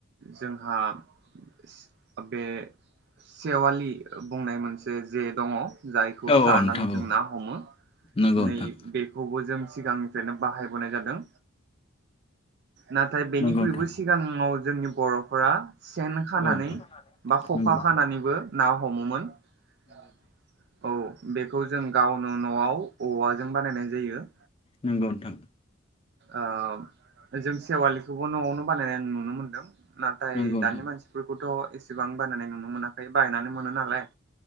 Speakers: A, on the right; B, on the left.
A: जोंहा स बे सेवालि बुंनाय मोनसे जे दङ। जायखौ
B: औ
A: सारनानै
B: औ नोंथां
A: जों
B: औ
A: ना हमो
B: नंगौ नोंथां
A: नै बेखौबो जों सिगांनिफ्रायनो बाहायबोनाय जादों। नाथाय बेनिख्रुइबो
B: नंगौ नोंथां
A: सिगाङाव जोंनि बर'फोरा सेन खानानै
B: औ नोंथां
A: बा खखा
B: नंगौ
A: खानानैबो ना हमोमोन औ बेखौ जों गावनो न'आव औवाजों बानायनाय जायो।
B: नोंगौ नोंथां
A: आ जों सेवालिखौबो न'आवनो बानायनाय आं नुनो मोनदों। नाथाय
B: नंगौ
A: दानि मानसिफोरखौथ' एसेबां बानायनाय नुनो मोनाखै बायनानै मोनो नालाय।